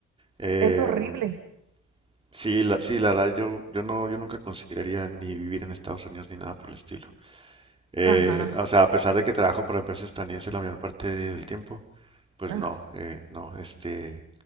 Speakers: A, on the right (about 20°); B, on the right (about 80°).
A: Em,
B: es horrible.
A: Sí, la, sí, la verdad, yo, yo no, yo nunca consideraría ni vivir en Estados Unidos ni nada por el estilo. Eh,
B: Ajá,
A: o sea, a pesar de que trabajo para empresas estadounidenses la mayor parte del tiempo, pues
B: ajá,
A: no, eh, no, este,